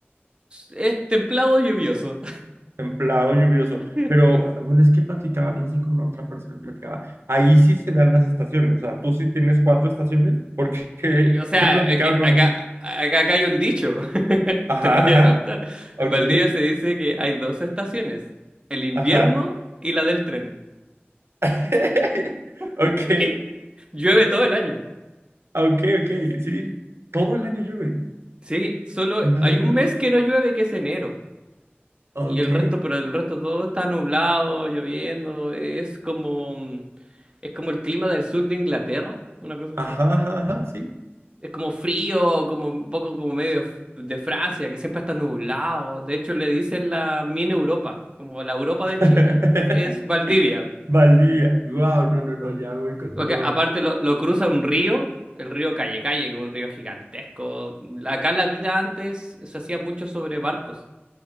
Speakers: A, on the right; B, on the right.
A: Es templado lluvioso.
B: templado, lluvioso,
A: <laughs>
B: pero bueno, es que platicaba, no sé con otra persona platicaba, ahí sí se dan las estaciones, o sea, tú sí tienes cuatro estaciones porque <laughs>
A: Eh, O sea,
B: he platicado
A: es que acá,
B: con,
A: acá, acá hay un dicho. <laughs>
B: ajá,
A: Te lo voy
B: ajá,
A: a contar.
B: ok,
A: En Valdivia se dice que hay dos estaciones, el invierno
B: ajá,
A: y la del tren.
B: <laughs>
A: <laughs>
B: ok,
A: porque llueve todo el año.
B: ok, ok, sí, todo el año llueve,
A: Sí, solo
B: my
A: hay
B: gosh,
A: un mes que no llueve, que es enero.
B: ok.
A: Y el resto, pero el resto todo está nublado, lloviendo, es como, mm, es como el clima del sur de Inglaterra, una cosa
B: Ajá,
A: así.
B: ajá, ajá, sí.
A: Es como frío, como un poco como medio de, F- de Francia, que siempre está nublado. De hecho, le dicen la mini Europa, como la Europa
B: <laughs>
A: de Chile es Valdivia.
B: Valdivia. Wow, no, no, no, ya voy con
A: Porque
B: todo.
A: aparte lo, lo cruza un río, el río Calle Calle, que es un río gigantesco. Acá la vida antes se hacía mucho sobre barcos.